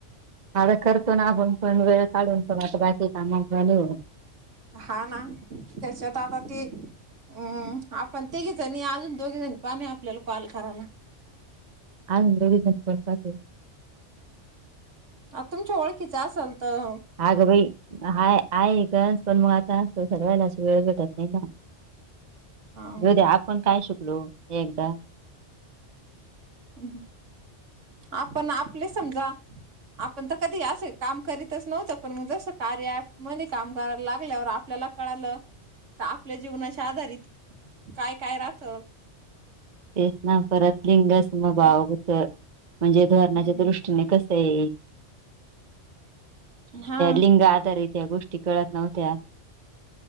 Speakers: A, on the right (about 40°); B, on the right (about 80°).
A: आता करतो ना आपण कोण वेळ काढून त आता बाकी कामा निवून
B: हा ना त्याच्यात आता ती हम्म आपण तिघीजनी अजून दोघीजणी कमी ये आपल्याला कॉल करायला
A: आजून दोघी जाणि करात
B: आ तुमच्या ओळखीच असल तर
A: अगं बाई हाय आहे एक पण मग आता सगळलाशी अस वेळ भेटत नाही ना
B: पहा.
A: जाऊ दे आपण काय शिकलो एकदा
B: हम् आपण आपले समजा आपण तर कधी असं काम करीतच नव्हतं पण मग जसं कार्य ॲपमध्ये काम करायला लागल्यावर आपल्याला कळालं का आपल्या जीवनाच्या आधारित काय काय राहत
A: तेच ना परत लिंग समभाव
B: का
A: होत म्हणजे धोरणाच्या
B: हम्म
A: दृष्टीने कस ते
B: हा
A: लिंग आधारित या गोष्टी नव्हत्या